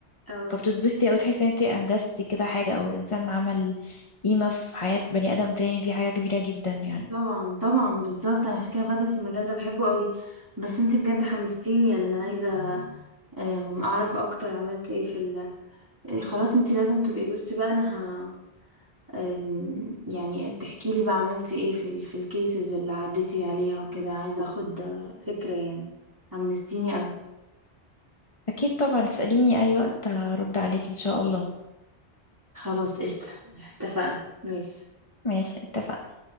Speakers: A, on the right; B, on the left.
A: اه
B: فبتتبسطي او تحسي ان انت انجزتي كده حاجة او الانسان عمل قيمة في حياة بني ادم تاني دي حاجة كبيرة جدا يعني
A: طبعا طبعا بالظبط انا عشان كده بدرس المجال ده بحبه قوي بس انتي بجد حمستيني يعني انا عايزه أم، اعرف اكتر عملت ايه في ال... إيه، خلاص انتي لازم تبقي بصي بقى انا ه... أم، يعني تحكي لي بقى عملتي ايه في ال... في الكيسز اللي عديتي عليها وكده عايزه اخد فكره يعني حمستيني قوي
B: اكيد طبعا اسأليني اي وقت هرد عليك ان شاء الله
A: خلاص قشطه <laughs> اتفقنا ماشي
B: ماشي اتفقنا